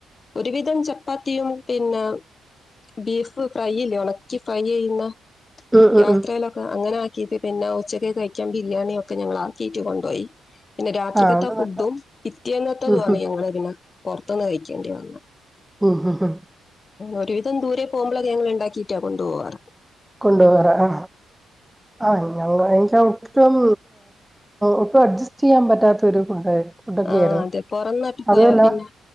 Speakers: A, on the left; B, in the centre.
A: ഒരുവിധം ചപ്പാത്തിയും പിന്നെ ബീഫ് ഫ്രൈ ഇല്ലേ ഉണക്കി ഫ്രൈ ചെയ്യുന്ന
B: ഉം ഉം
A: യാത്രയിലൊക്കെ
B: ഉം
A: അങ്ങനെ ആക്കീട്ട പിന്നെ ഉച്ചക്ക് കഴിക്കാൻ ബിരിയാണിയ ഒക്കെ ഞങ്ങൾ ആക്കീട്ട് കൊണ്ടുപോയി പിന്നെ രാത്
B: ആഹ് അത്
A: ഫുഡും
B: നല്ല
A: കത്തിയന്നത്തതുമാണ്
B: ഉം ഉം
A: ഞങ്ങള ഇതിന് പുറത്തുന്ന് കഴിക്കേണ്ടി വന്നത്
B: ഉം ഉ
A: ഒരുവിധം ദൂരെേ പോകുമ്പോള ങ്ങൾ ഉണ്ടാക്കിയിട്ടാ കൊണ്ടുപ പോവാറ്
B: കൊണ്ടപകരാ ആ ആ ഞ എനക്ക് ഒട്ടും ഒട്ടും അഡ്ജസ്റ്റ് ചെയ്യാൻ പറ്റാത്ത ഒരു കുുണ്ട ഉണ്ടൊക്കെയ
A: ആ
B: ആായിരുന്നു
A: അതെ പുറം നാട്ടിൽ
B: അതുമല്ല
A: പോയാ പിന്നെ